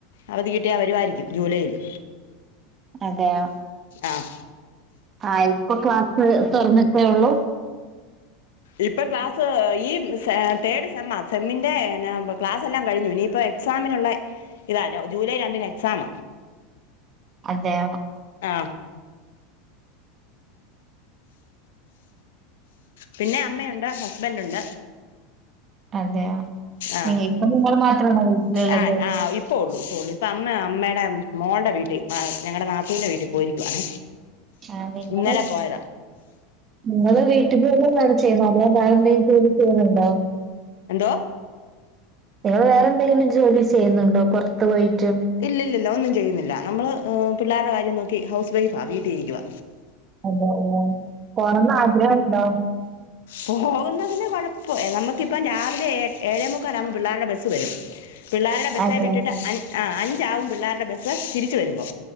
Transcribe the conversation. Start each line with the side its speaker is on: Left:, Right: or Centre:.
Left: അവതി കിട്ടിയാ വരുവായിരിക്കും ജൂലൈയില്
Right: അതെയാ
Left: ആഹ്
Right: ആഹ് ഇപ്പൊ ക്ലാസ്സ് തൊറന്നിട്ടെ ഉള്ളു
Left: ഇപ്പം ക്ലാസ് ഈ സേ ഏഹ് തേർഡ് സെമ്മ. സെമ്മിന്റെ ക്ലാസ് എല്ലാം കഴിഞ്ഞു ഇനിയിപ്പൊ എക്സാമിനുള്ള ഇതാലൊ ജൂലൈ രണ്ടിന് എക്സാമ
Right: അതെ
Left: ആഹ് പിന്നെ അമ്മയുണ്ട് ഹസ്ബന്റ് ഉണ്ട്
Right: അതെയോ
Left: ആഹ്
Right: നിങ്ങ ഇപ്പൊ നിങ്ങള് മാത്രാണൊ വീട്ടില്ള്ളത്
Left: ആഹ് ആഹ് ഇപ്പൊ ഒള്ളു ഇപ്പ ഉള്ളു ഇപ്പ അമ്മ അമ്മേടെ മോൾടെ വീട്ടി ഞങ്ങടെ നാത്തൂന്റെ വീട്ടി പോയിരിക്കുവാണേ
Right: ആഹ് നിങ്ങള്
Left: ഇന്നലെ പോയതാ
Right: നിങ്ങള് വീ ട്ട് ജോലി ആണ് ചെയ്യുന്നത് അല്ലാണ്ട് വേറെ എന്തേലും ജോലി ചെയ്യുന്നുണ്ടോ
Left: എന്തോ
Right: നിങ്ങള് വേറെന്തെങ്കിലും ജോലി ചെയ്യുന്നുണ്ടൊ പൊറ്ത്ത് പോയിട്ട്
Left: ഇല്ല ഇല്ലില്ല ഒന്നും ചെയ്യുന്നില്ല നമ്മള് ഏഹ് പിള്ളാര്ടെ കാര്യം നോക്കി ഹൗസ് വൈഫാ വീട്ടി ഇരിക്ക്വ
Right: അതെ അതെ പോണന്ന് ആഗ്രഹണ്ടൊ
Left: പോകുന്നതിന് കൊഴപ്പം നമുക്കിപ്പം രാവിലെ ഏ ഏഴേ മുക്കാലാവുമ്പോ പിള്ളാരുടെ ബസ്സ് വരും പിള്ളാരുടെ ബസ്സ്
Right: അതെ
Left: വിട്ടിട്ട് അൻ ആഹ് അഞ്ചാവും പിള്ളാരുടെ ബസ്സ് തിരിച്ച് വരുമ്പൊ